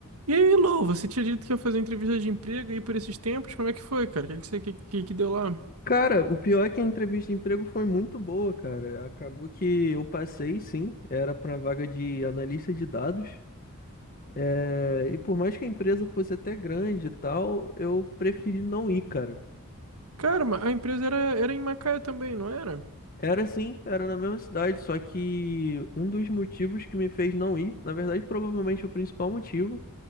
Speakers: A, on the right (about 85°); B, on the left (about 40°).
A: E aí, Lou, você tinha dito que ia fazer entrevista de emprego aí por esses tempos? Como é que foi, cara? O que que você que, que, que deu lá?
B: Cara, o pior é que a entrevista de emprego foi muito boa, cara. Acabou que eu passei, sim, era para vaga de analista de dados. É, E por mais que a empresa fosse até grande e tal, eu preferi não ir, cara.
A: Cara, ma- a empresa era, era em Macaé também, não era?
B: Era sim, era na mesma cidade, só que um dos motivos que me fez não ir, na verdade, provavelmente o principal motivo,